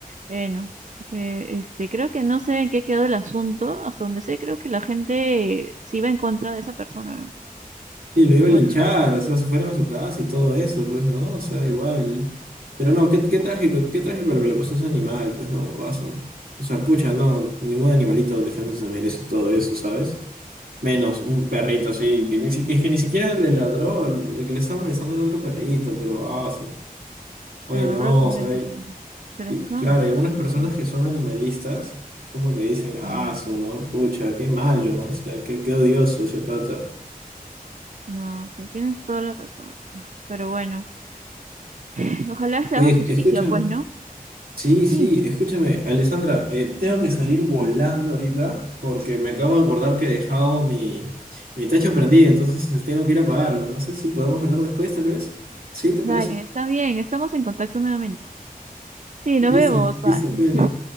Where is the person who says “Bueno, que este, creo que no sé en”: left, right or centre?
Right